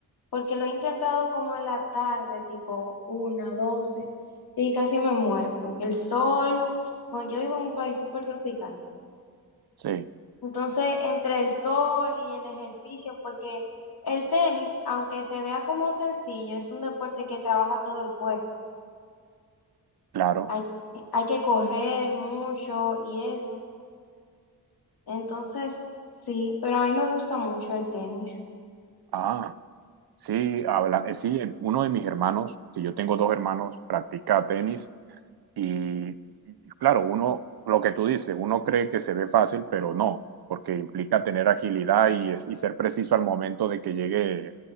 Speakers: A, on the left; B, on the right.
A: porque lo he intentado como en la tarde, tipo una, doce, y casi me muero, porque el sol, bueno, yo vivo en un país súper tropical.
B: Sí,
A: Entonces, entre el sol y el ejercicio, porque el tenis, aunque se vea como sencillo, es un deporte que trabaja todo el cuerpo.
B: claro.
A: Hay, hay que correr mucho y eso. Entonces, sí, pero a mí me gusta mucho el tenis.
B: Ah, sí, habla, eh, sí, el- uno de mis hermanos, si yo tengo dos hermanos, practica tenis y claro, uno, lo que tú dices, uno cree que se ve fácil, pero no, porque implica tener agilidad y, es- y ser preciso al momento de que llegue eh,